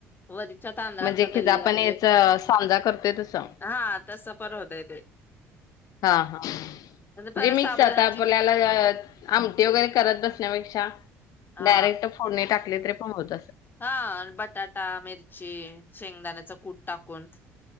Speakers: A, on the left; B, on the left.
A: वरीच्या तांदळाचा
B: म्हणजे कि
A: दलिया
B: आपण
A: म्हणजे
B: याचा सांजा करतोय तसं
A: हा तस. परर होतय ते
B: हा हा म्हणे
A: आणि परत
B: मिक्स
A: साबुदाण्याची
B: आता आपल्याला आमटी वगैरे करत बसण्यापेक्षा
A: हा
B: डायरेक्ट फोन नाही टाकली तरी. काम होत.
A: हा बटाटा मिरची. शे शेंगदाण्याचा कूट टाकून.